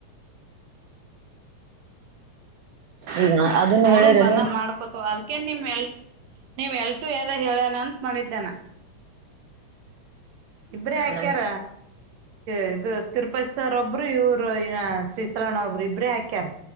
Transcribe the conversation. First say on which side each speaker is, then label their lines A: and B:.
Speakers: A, on the right (about 80°); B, on the right (about 65°).
A: ಈಗ ಅದನ್ನು
B: ನೋಡನ್
A: ಹೇಳ್ಯಾರೇನು
B: ಬಂದಂಗ ಮಾಡ್ಕೊತ ಅದಕೇನ್ ನಿಮ್ ಎಲ್ ನೀವ ಎಲ್ಟು ಎಲ್ಲ ಹೇಳನ ಅಂತ ಮಾಡಿದ್ದನ ಇಬ್ರ ಹಾಕ್ಯಾರ
A: ನಮ್
B: ಇದು ತಿರುಪತಿ ಸರ್ ಒಬ್ರು ಇವರು ಇ ಶ್ರೀಸಲಣ್ಣ ಒಬ್ರು ಇಬ್ರೇ ಹಾಕ್ಯಾರ್